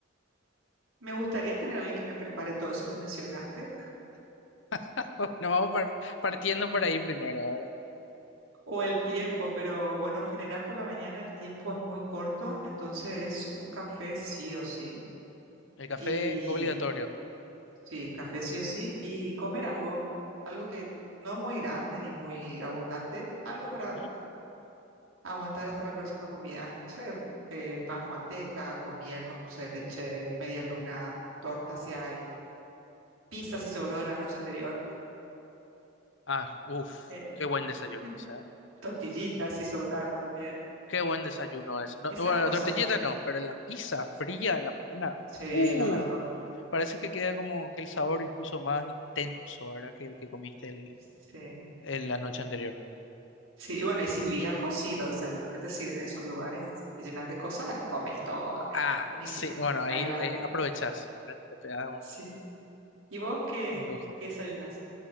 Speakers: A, on the right (about 90°); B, on the left (about 65°).
A: Me gustaría tener a alguien que me prepare todo eso que mencionaste,
B: <laughs> nos vamos par- partiendo por ahí primero, ¿verdad?
A: o el tiempo, pero bueno, en general por la mañana el tiempo es muy corto, entonces
B: Ujú.
A: un café sí o sí,
B: El café
A: y
B: obligatorio.
A: sí, café sí o sí, y comer algo, algo que no muy grande ni muy abundante, algo para
B: Ujú.
A: Aguantar hasta la próxima comida. No sé, eh, pan con manteca, con miel, con dulce de leche, media luna, torta si hay, pizza si sobró de la noche anterior,
B: Ah, uff,
A: eh,
B: qué buen desayuno,
A: <laughs>
B: ¿sabes?
A: tortillitas si sobraron también.
B: Qué buen desayuno ese. No,
A: Esas
B: bueno,
A: cosas,
B: la tortillita no, pero la pizza fría en la mañana.
A: sí,
B: Uh,
A: lo mejor.
B: parece que queda como que el sabor incluso más intenso, ¿verdad? Que el que comiste el,
A: Sí.
B: en la noche anterior.
A: Sí, y bueno, y si viajo, sí, los desayunos que te sirven en esos lugares que te llenan de cosas, comes todo lo que
B: Ah,
A: hay. Buenísimo.
B: sí, bueno, ahí,
A: Adelante.
B: ahí aprovechás,
A: <laughs>
B: ¿verdad? Te pegas un,
A: Sí. ¿Y vos qué,
B: un lujo.
A: qué desayunas?